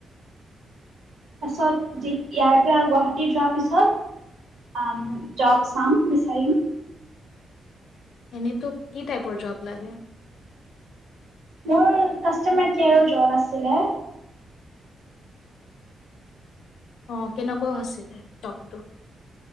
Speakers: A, on the right; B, on the left.
A: তাৰাছত ইয়াৰে পৰা গুৱাহাটী যোৱাৰ পিছত জব চাম বিচাৰিম
B: এনেতো কি টাইপৰ জব লাগে
A: মোৰ কাষ্টমাৰ কেয়াৰৰ জব আছিলে
B: অ কেনেকুৱাও আছিলে চপটো